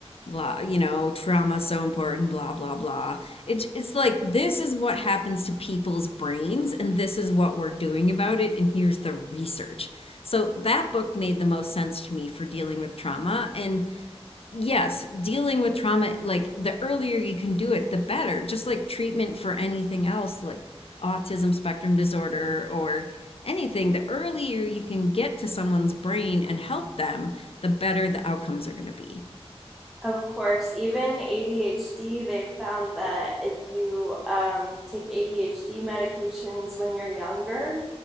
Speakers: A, on the left (about 65°); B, in the centre.
A: blah, you know, trauma so important, blah blah blah. It, it's like this is what happens to people's brains and this is what we're doing about it and here's the research. So that book made the most sense to me for dealing with trauma and yes, dealing with trauma, like the earlier you can do it, the better. Just like treatment for anything else, like autism spectrum disorder or anything, the earlier you can get to someone's brain and help them, the better the outcomes are going to be.
B: Of course, even ADHD, they found that if you um, take ADHD medications when you're younger,